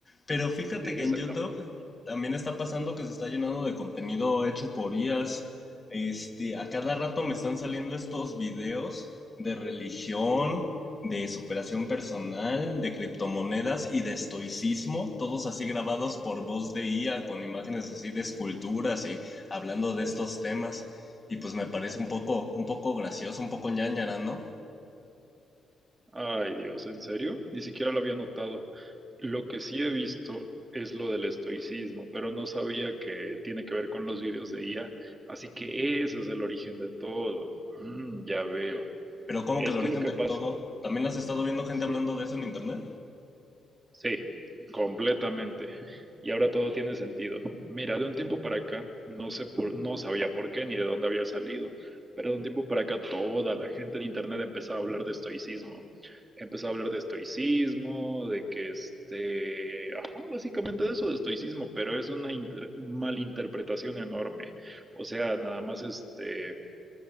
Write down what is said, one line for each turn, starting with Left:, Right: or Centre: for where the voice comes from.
Left: Pero fíjate
Right: Sí,
Left: que
Right: exactamente.
Left: en YouTube también está pasando que se está llenando de contenido hecho por IAs. Este, a cada rato me están saliendo estos videos de religión, de superación personal, de criptomonedas y de estoicismo, todos así grabados por voz de IA, con imágenes así de esculturas y hablando de estos temas. Y pues me parece un poco, un poco gracioso, un poco ñañara, ¿no?
Right: Ay, Dios, ¿en serio? Ni siquiera lo había notado. Lo que sí he visto es lo del estoicismo, pero no sabía que tiene que ver con los vídeos de IA, así que ese es el origen de todo. Mm, ya veo.
Left: Pero como
Right: Es
Left: que el origen
Right: que lo que
Left: del
Right: pasa,
Left: todo, ¿también has estado viendo gente
Right: sí,
Left: hablando de eso en internet?
Right: Sí, completamente. Y ahora todo tiene sentido. Mira, de un tiempo para acá, no sé por, no sabía por qué ni de dónde había salido, pero de un tiempo para acá toda la gente en internet empezaba a hablar de estoicismo. Empezó a hablar de estoicismo, de que este, ajá, básicamente de eso de estoicismo, pero es una inter- malinterpretación enorme. O sea, nada más este